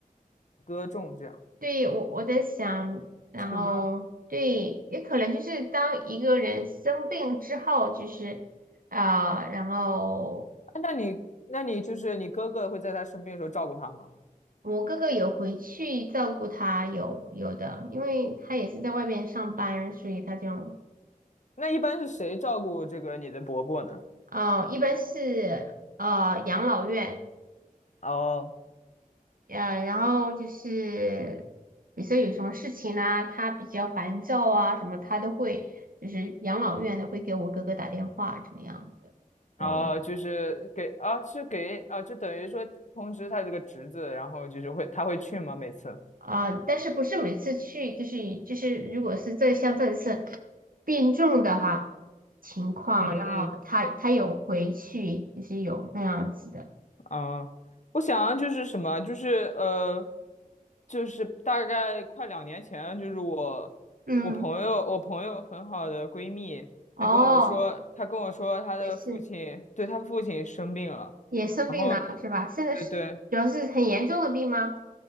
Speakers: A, on the left; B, on the right.
A: 哥重，这样
B: 对，我我在想，然后对，
A: 是吗？
B: 也可能就是当一个人生病之后，就是啊、然后
A: 啊那你那你就是你哥哥会在他生病的时候照顾他吗？
B: 我哥哥有回去照顾他，有有的，因为他也是在外面上班，所以他就
A: 那一般是谁照顾这个你的伯伯呢？
B: 哦、一般是呃养老院，
A: 哦
B: 呃，然后就是比如说有什么事情啊，他比较烦躁啊什么，他都会就是养老院的会给我哥哥打电话，怎么样的。哦，
A: 哦，就是给啊，是给啊，就等于说通知他这个侄子，然后就是会他会去吗？每次？
B: 啊，但是不是每次去，就是就是，如果是这像这次病重的哈情况，
A: 嗯嗯
B: 然后他他有回去，就是有那样子的，
A: 啊，我想就是什么，就是呃，就是大概快两年前，就是我我朋友我朋友很好的闺蜜，
B: 嗯，哦，
A: 她跟我说，她跟我说她的父亲，
B: 也是
A: 对，她父亲生病了，
B: 也生病了是吧？
A: 然后
B: 现在是主要是很严重的病吗？
A: 对对，